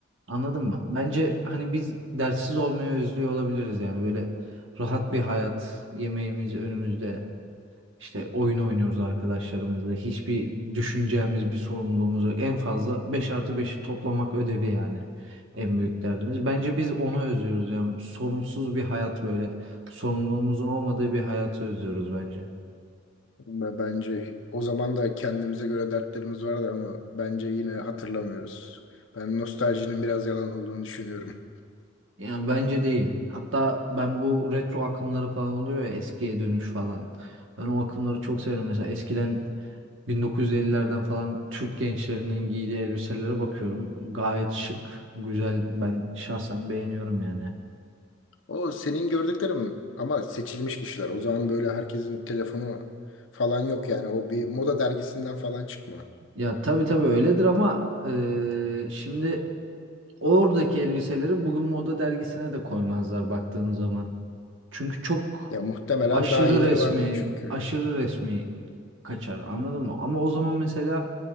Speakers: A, on the right; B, on the left.
A: Anladın mı? Bence hani biz dertsiz olmaya özlüyor olabiliriz yani böyle rahat bir hayat, yemeğimiz önümüzde. İşte oyun oynuyoruz arkadaşlarımızla. Hiçbir düşüneceğimiz bir sorumluluğumuz yok. En fazla 5 artı 5 toplamak ödevi yani. En büyük derdimiz. Bence biz onu özlüyoruz yani. Sorumsuz bir hayat böyle. Sorumluluğumuzun olmadığı bir hayatı özlüyoruz bence.
B: Ve bence o zaman da kendimize göre dertlerimiz vardı ama bence yine hatırlamıyoruz. Ben nostaljinin biraz yalan olduğunu düşünüyorum.
A: Yani bence değil. Hatta ben bu retro akımları falan oluyor ya eskiye dönüş falan. Ben o akımları çok severim. Mesela eskiden 1950'lerden falan Türk gençlerinin giydiği elbiselere bakıyorum. Gayet şık, güzel. Ben şahsen beğeniyorum yani.
B: O senin gördüklerim ama seçilmiş kişiler. O zaman böyle herkesin telefonu falan yok yani. O bir moda dergisinden falan çıkma.
A: Ya tabii tabii öyledir ama eee, şimdi oradaki elbiseleri bugün moda dergisine de koymazlar baktığın zaman. Çünkü çok
B: Ya muhtemelen
A: aşırı
B: daha iyileri
A: resmi,
B: vardır çünkü.
A: aşırı resmi kaçar anladın mı? Ama o zaman mesela